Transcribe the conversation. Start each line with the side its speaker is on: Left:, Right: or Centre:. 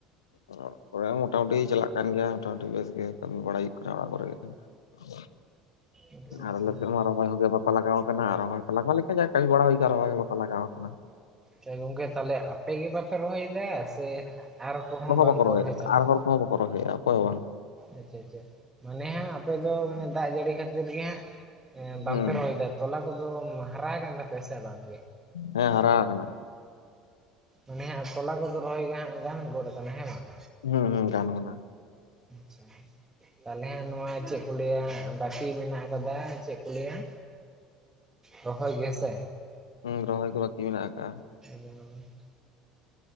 Left: ᱚᱲᱟᱜ ᱠᱚᱨᱮ ᱦᱚᱸ ᱢᱚᱴᱟᱢᱩᱴᱤ ᱪᱟᱞᱟᱜ ᱠᱟᱱ ᱜᱮᱭᱟ ᱢᱚᱴᱟᱢᱩᱴᱤ ᱵᱮᱥ ᱜᱮ ᱾ ᱠᱟᱹᱢᱤ ᱵᱟᱲᱟᱭ ᱦᱩᱭᱩᱜ ᱠᱟᱱᱟ ᱚᱲᱟᱜ ᱠᱚᱨᱮ ᱜᱮ ᱦᱟᱸᱜ ᱠᱷᱟᱱ
Right: ᱟᱪᱪᱷᱟ ᱟᱪᱪᱷᱟ
Left: ᱟᱨ ᱟᱞᱮ ᱥᱮᱫ ᱢᱟ ᱨᱚᱦᱚᱭ ᱦᱚᱸᱜᱮ ᱵᱟᱠᱚ ᱠᱚ ᱞᱟᱜᱟᱣ ᱠᱟᱱᱟ ᱟᱨ ᱨᱚᱦᱚᱭ ᱠᱚ ᱞᱟᱜᱟᱣ ᱞᱮᱠᱟ ᱡᱟ ᱠᱟᱹᱢᱤ ᱵᱟᱲᱟ ᱦᱩᱭ ᱠᱟᱜ ᱨᱚᱦᱚᱭ ᱜᱮ ᱵᱟᱠᱚ ᱞᱟᱜᱟᱣ ᱠᱟᱱᱟ ᱾
Right: ᱥᱮ ᱜᱚᱝᱠᱮ ᱛᱟᱞᱦᱮ ᱟᱯᱮ ᱜᱮ ᱵᱟᱯᱮ ᱨᱚᱦᱚᱭᱮᱫᱟ ᱥᱮ ᱟᱨ ᱠᱚᱦᱚᱸ ᱵᱟᱝᱠᱚ
Left: ᱵᱟᱠᱚ ᱨᱚᱦᱚᱭᱮᱫᱟ
Right: ᱨᱚᱦᱚᱭ ᱪᱟᱵᱟ?
Left: ᱟᱨ ᱦᱚᱲ ᱚᱠᱚ ᱦᱚᱸ ᱵᱟᱠᱚ ᱨᱚᱦᱚᱭ ᱮᱸᱜ ᱟ ᱚᱠᱚᱭ ᱦᱚᱸ ᱵᱟᱝ ᱾
Right: ᱟᱪᱪᱷᱟ ᱟᱪᱪᱷᱟ ᱢᱟᱱᱮ ᱦᱟᱸᱜ ᱟᱯᱮ ᱫᱚ ᱢᱟᱱᱮ ᱫᱟᱜ ᱡᱟᱹᱲᱤ ᱠᱷᱟᱹᱛᱤᱨ ᱜᱮ ᱦᱟᱸᱜ ᱮ ᱵᱟᱝᱯᱮ
Left: ᱦᱩᱸ
Right: ᱨᱚᱦᱚᱭ ᱫᱟ? ᱛᱚᱞᱟ ᱠᱚᱫᱚᱢ ᱦᱟᱨᱟ ᱠᱟᱱ ᱛᱟᱯᱮᱭᱟ ᱥᱮ ᱵᱟᱝ ᱜᱮ?
Left: ᱦᱮᱸ ᱦᱟᱨᱟ ᱟᱠᱟᱱᱟ
Right: ᱚᱱᱮ ᱦᱟᱜ ᱛᱚᱞᱟ ᱠᱚᱫᱚ ᱨᱚᱦᱚᱭ ᱜᱟ ᱜᱟᱱ ᱜᱚᱫ ᱟᱠᱟᱱᱟ ᱦᱮᱸ ᱵᱟᱝ?
Left: ᱦᱩᱸ ᱦᱩᱸ ᱜᱟᱱ ᱟᱠᱟᱱᱟ ᱾
Right: ᱟᱪᱪᱷᱟ ᱪᱷᱟ ᱛᱟᱞᱦᱮ ᱦᱟᱸᱜ ᱱᱚᱣᱟ ᱪᱮᱜ ᱠᱚ ᱞᱟᱹᱭᱟ ᱵᱟᱹᱠᱤ ᱢᱮᱱᱟᱜ ᱟᱠᱟᱫᱟ ᱪᱮᱜ ᱠᱚ ᱞᱟᱹᱭᱟ ᱨᱚᱦᱚᱭ ᱜᱮ ᱥᱮ?
Left: ᱦᱩᱸ ᱨᱚᱦᱚᱭ ᱜᱮ ᱵᱟᱠᱤ ᱢᱮᱱᱟᱜ ᱟᱠᱟᱜᱼᱟ᱾
Right: <unintelligible>